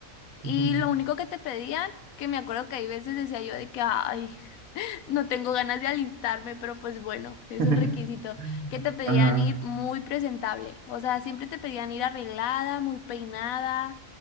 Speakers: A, on the left (about 85°); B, on the right (about 80°).
A: y
B: ujú.
A: lo único que te pedían, que me acuerdo que hay veces decía yo de que, ay, <laughs> no tengo ganas de alistarme, pero pues bueno, es
B: <laughs>
A: un requisito, que te pedían
B: ajá,
A: ir muy presentable. O sea, siempre te pedían ir arreglada, muy peinada